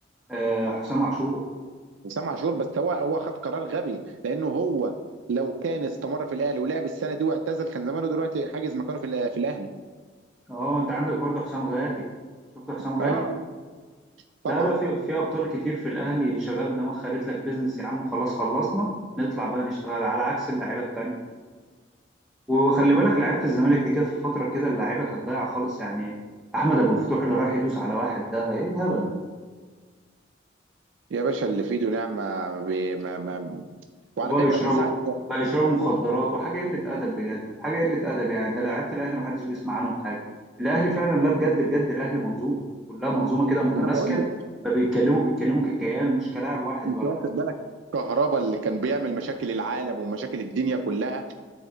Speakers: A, in the centre; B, on the right.
A: آه حسام عاشور
B: وسام عاشور بس هو هو خد قرار غبي لانه هو لو كان استمر في الاهلي ولعب السنه دي واعتزل كان زمانه دلوقتي حاجز مكانه في الأ- في الاهلي
A: اه انت عندك برضه حسام غالي شفت حسام غالي
B: اه طبعا
A: لا لا في في ابطال كتير في الاهلي شغال دماغ خلت لك بيزنس يا عم خلاص خلصنا نطلع بقى نشتغل على عكس اللعيبه التانيه وخلي بالك لعيبه الزمالك دي جت في فتره كده اللعيبه كانت ضايعه خالص يعني احمد ابو الفتوح اللي راح يدوس على واحد ده ايه الهبل ده
B: يا باشا اللي في ايده نعمه ما بي- ما ما وعلى
A: وبقى
B: فكره
A: يشربوا
B: من ساعه
A: بقى يشربوا مخدرات وحاجه قله ادب بجد حاجه قله ادب يعني ده لعيبه الاهلي ما حدش بيسمع عنهم حاجه الاهلي فعلا لا بجد بجد الاهلي منظومه كلها منظومه كده متماسكه
B: ما انا بقول لك
A: فبيتكلموا بيتكلموا ككيان مش كلاعب واحد
B: انت
A: ولا
B: واخد بالك كهربا اللي كان بيعمل مشاكل العالم ومشاكل الدنيا كلها